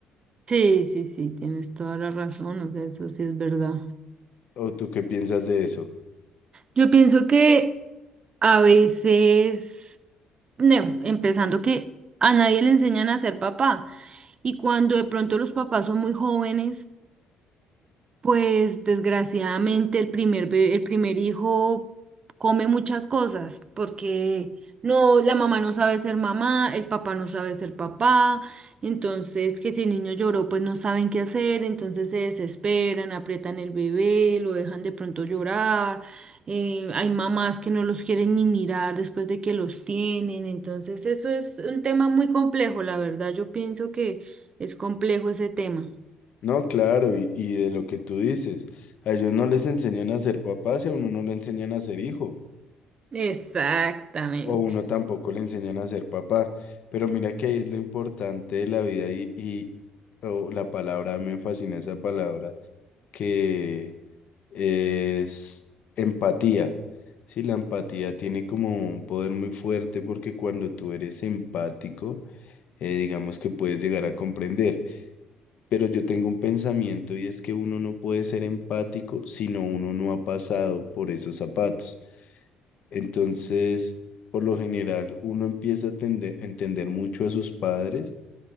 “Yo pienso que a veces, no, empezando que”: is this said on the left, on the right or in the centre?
Right